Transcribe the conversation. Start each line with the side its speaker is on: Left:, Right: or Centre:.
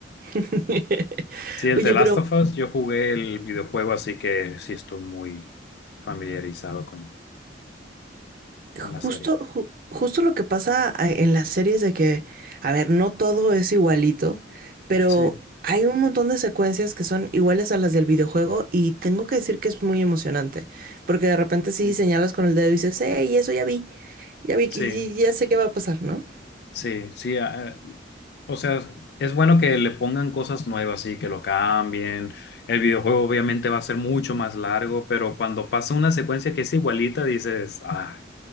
Right: <laughs>
Left: Sí, el
Right: Oye,
Left: de Last
Right: pero
Left: of Us, yo jugué el videojuego, así que sí estoy muy familiarizado con, con
Right: Justo,
Left: la serie.
Right: ju- justo lo que pasa a- en las series de que, a ver, no todo es igualito, pero
Left: Sí,
Right: hay un montón de secuencias que son iguales a las del videojuego y tengo que decir que es muy emocionante, porque de repente sí
Left: sí,
Right: señalas con el dedo y dices, hey, eso ya vi, ya vi
Left: sí,
Right: que ya ya sé qué va a pasar, ¿no?
Left: sí, sí. ah, o sea, es bueno que le pongan cosas nuevas y que lo cambien. El videojuego obviamente va a ser mucho más largo, pero cuando pasa una secuencia que es igualita, dices, ah,